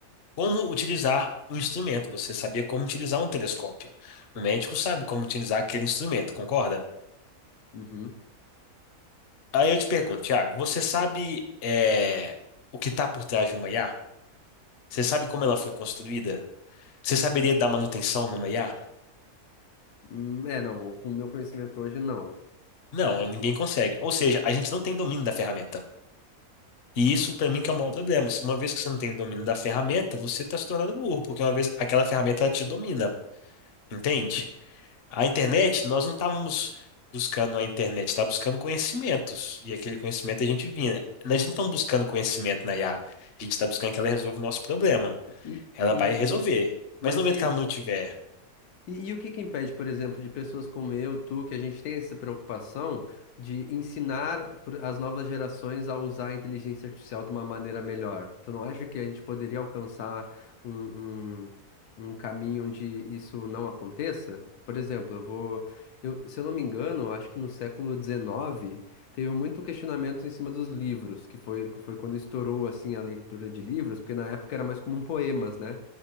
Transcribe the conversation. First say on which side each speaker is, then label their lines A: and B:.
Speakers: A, on the left (about 50°); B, on the left (about 85°).
A: como utilizar um instrumento. Você sabia como utilizar um telescópio. O médico sabe como utilizar aquele instrumento, concorda?
B: Uhum.
A: Aí eu te pergunto, Thiago, você sabe é, o que está por trás de uma IA? Você sabe como ela foi construída? Você saberia dar manutenção numa IA?
B: Hum, é, não, com o meu conhecimento hoje, não.
A: Não, ninguém consegue. Ou seja, a gente não tem domínio da ferramenta. E isso, para mim, que é o maior problema. Se Uma vez que você não tem domínio da ferramenta, você está se tornando burro, porque uma vez aquela ferramenta ela te domina, entende? A internet, nós não estávamos buscando a internet, estávamos buscando conhecimentos. E aquele conhecimento a gente vinha. Nós não estamos buscando conhecimento na IA. A A gente está buscando que ela resolva o nosso problema.
B: E,
A: Ela
B: e,
A: vai resolver.
B: mas
A: Mas no momento
B: e,
A: que ela não tiver.
B: E, e o que que impede, por exemplo, de pessoas como eu, tu, que a gente tem essa preocupação de ensinar pro- as novas gerações a usar a inteligência artificial de uma maneira melhor? Tu não acha que a gente poderia alcançar um, um, um caminho onde isso não aconteça? Por exemplo, eu vou, eu- se eu não me engano, acho que no século XIX teve muito questionamento em cima dos livros, que foi, que foi quando estourou assim a leitura de livros, porque na época era mais comum poemas, né?